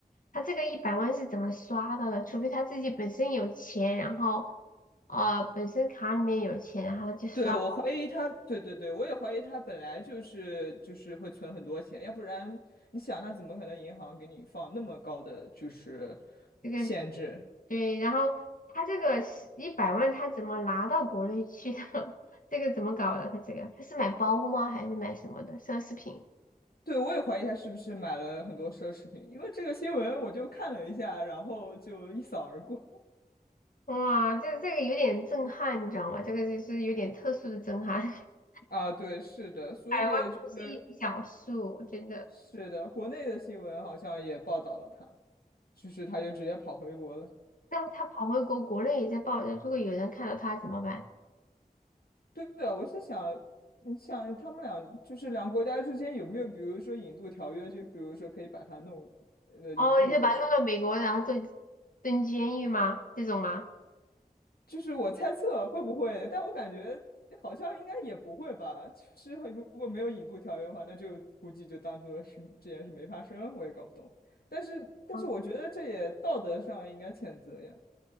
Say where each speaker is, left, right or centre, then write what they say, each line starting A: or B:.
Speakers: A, on the left (about 60°); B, on the left (about 80°).
A: 他这个一百万是怎么刷到的，除非他自己本身有钱，然后呃本身卡里面有钱，然后他就刷
B: 对，我怀疑他，对对对，我也怀疑他本来就是就是会存很多钱，要不然你想他怎么可能银行给你放那么高的就是
A: 这个，
B: 限制？
A: 对，然后他这个一百万他怎么拿到国内去的？<laughs> 这个怎么搞的？他这个他是买包吗？还是买什么的奢侈品？
B: 对，我也怀疑他是不是买了很多奢侈品，因为这个新闻我就看了一下，然后就一扫而过。
A: 哇，这这个有点震撼，你知道吗？这个就是有点特殊的震撼。<laughs>
B: <laughs> 啊，对，是的，所以就是
A: 百万不是一笔小数，真的。
B: 是的，国内的新闻好像也报道了他，就是他就直接跑回国了。
A: 那他跑回国，国内也在报，如果有人看到他怎么办？
B: 对啊，我是想，你想他们俩就是两个国家之间有没有，比如说引渡条约，就比如说可以把他弄，呃，
A: 哦，
B: 引渡过去。
A: 你就把他弄到美国，然后坐蹲监狱吗？这种吗？
B: 就是我猜测会不会，但我感觉好像应该也不会吧。就是会如果没有引渡条约的话，那就估计就当做是这件事没发生，我也搞不懂。但是，但是我觉得这也道德上应该谴责呀。
A: 嗯，